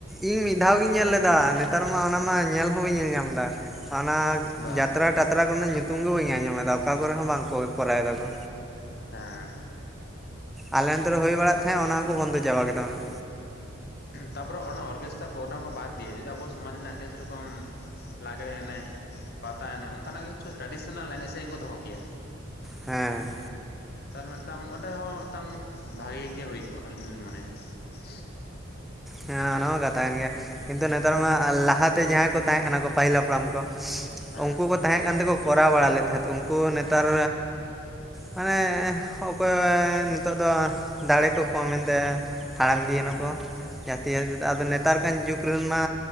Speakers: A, in the centre; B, on the left.
A: ᱤᱸᱜ ᱢᱤᱫ ᱫᱷᱟᱣ ᱜᱤᱧ ᱧᱮᱞ ᱞᱮᱫᱟ᱾ ᱱᱮᱛᱟᱨ ᱢᱟ ᱚᱱᱟ ᱢᱟ ᱧᱮᱞ ᱦᱚᱸ ᱵᱟᱹᱧ ᱧᱮᱞ ᱧᱟᱢ ᱫᱟ ᱚᱱᱟ
B: ᱵᱟᱝ
A: ᱡᱟᱛᱨᱟ ᱴᱟ ᱛᱟᱨᱟ ᱠᱚᱨᱮᱱᱟᱜ ᱧᱩᱛᱩᱢ ᱜᱮ ᱵᱟᱹᱧ ᱟᱸᱡᱚᱢ ᱮᱫᱟ ᱚᱠᱟ ᱠᱚᱨᱮ ᱦᱚᱸ ᱵᱟᱝᱠᱚ ᱠᱚᱨᱟᱣ ᱮᱫᱟᱠᱚ᱾
B: ᱦᱮᱸ᱾
A: ᱟᱞᱮ ᱱᱚᱱᱛᱮ ᱨᱮ ᱦᱳᱭ ᱵᱟᱲᱟᱜ ᱛᱟᱦᱮᱸ ᱚᱱᱟ ᱦᱚᱸᱠᱚ ᱵᱚᱱᱫᱚ ᱪᱟᱵᱟ ᱠᱮᱫᱟ ᱚᱱᱮ᱾
B: ᱛᱟᱯᱚᱨᱮ ᱚᱱᱟ ᱚᱨᱠᱮᱥᱴᱟ ᱯᱳᱨᱜᱨᱟᱢ ᱠᱚ ᱵᱟᱫᱽ ᱫᱤᱭᱮ ᱡᱩᱫᱮ ᱟᱵᱚ ᱥᱚᱢᱟᱡᱽ ᱨᱮᱱᱟᱜ ᱜᱮ ᱥᱮ ᱨᱚᱠᱚᱢ ᱞᱟᱜᱽᱲᱮ ᱮᱱᱮᱡ, ᱯᱟᱛᱟ ᱮᱱᱮᱡ ᱚᱱᱠᱟᱱᱟᱜ ᱠᱤᱪᱷᱩ ᱴᱨᱟᱰᱤᱥᱚᱱᱟᱞ ᱮᱱᱮᱡ ᱥᱮᱨᱤᱧ ᱠᱚ ᱫᱚᱦᱚ ᱠᱮᱭᱟ᱾
A: ᱦᱮᱸ᱾
B: ᱛᱟᱦᱞᱮ ᱢᱤᱫᱽᱴᱟᱝ ᱚᱸᱰᱮ ᱦᱚᱸ ᱢᱤᱫᱽᱴᱟᱝ ᱵᱷᱟᱜᱮ ᱜᱮ ᱦᱳᱭ ᱠᱚᱜᱼᱟ ᱟᱹᱞᱤᱧ ᱫᱚᱞᱤᱧ ᱢᱚᱱᱮᱭᱟ᱾ <unintelligible>
A: ᱦᱮᱸ ᱚᱱᱟ ᱦᱚᱸ ᱠᱟᱛᱷᱟ ᱠᱟᱱ ᱜᱮᱭᱟ ᱠᱤᱱᱛᱩ ᱱᱮᱛᱟᱨ ᱢᱟ ᱞᱟᱦᱟᱛᱮ ᱡᱟᱦᱟᱸ ᱠᱚ ᱛᱟᱦᱮᱸ ᱠᱟᱱᱟ ᱠᱚ, ᱯᱟᱹᱦᱤᱞ ᱦᱟᱯᱲᱟᱢ ᱠᱚ
B: ᱦᱮᱸ
A: ᱩᱝᱠᱩ ᱠᱚ ᱛᱟᱦᱮᱸ ᱠᱟᱱ ᱛᱮᱠᱚ ᱠᱚᱨᱟᱣ ᱵᱟᱲᱟ ᱞᱮᱫᱽ᱾ ᱦᱮᱴ ᱩᱱᱠᱩ ᱦᱚᱸ ᱱᱮᱛᱟᱨ ᱢᱟᱱᱮ ᱚᱠᱚᱭ ᱱᱤᱛᱚᱜ ᱫᱚ ᱫᱟᱲᱮ ᱠᱚ ᱠᱚᱢᱮᱱ ᱛᱟᱭᱟ ᱦᱟᱲᱟᱢ ᱤᱫᱤᱭᱮ ᱱᱟᱠᱚ᱾
B: ᱦᱮᱸ
A: ᱡᱟᱹᱛᱤᱭᱚ ᱟᱫᱚ ᱱᱮᱛᱟᱨ ᱠᱟᱱ ᱡᱩᱜᱽ ᱨᱮᱱ ᱢᱟ